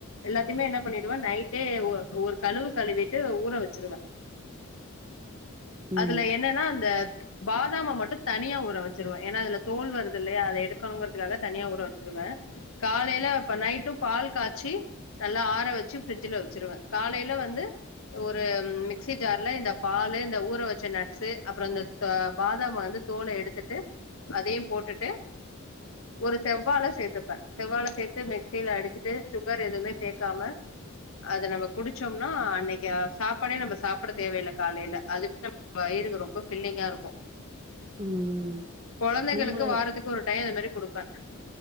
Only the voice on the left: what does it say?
எல்லாத்தையுமே என்ன பண்ணிடுவேன் நைட்டே ஒ ஒரு கழுவு கழுவிட்டு ஊற வச்சுருவே
அதுல என்னன்னா அந்த பாதாம மட்டும் தனியா ஊற வச்சிருவன் ஏன்னா அதுல தோல் வருது இல்லையா அதை எடுக்க ணுங்கறதுக்காக தனியா ஊற வச்சிருவே காலையில இப்ப நைட்டும் பால் காய்ச்சி நல்லா ஆற வச்சு பிரிட்ஜ்ல வச்சிருவேன் காலையில வந்து ஒரு மிக்சி ஜார்ல இந்த பால் இந்த ஊற வச்ச நட்ஸு அப்புறொ இந்த தொ பாதாம வந்து தோல எடுத்துட்டு அதையும் போட்டுட்டு ஒரு செவ்வாழ சேர்த்துப்பேன் செவ்வாழ சேர்த்து மிக்சியில அடிச்சுட்டு சுகர் எதுவுமே சேக்காம அது நம்ம குடிச்சோம்னா அன்னைக்கு சாப்பாடே நம்ம சாப்புட தேவையில்ல காலையில அதுவே வயிறுக்கு ரொம்ப ஃபில்லிங்கா இருக்கும்
கொழந்தைகளுக்கு
வாரத்துக்கு ஒரு டையொ இது மாதிரி கொடுப்பேன்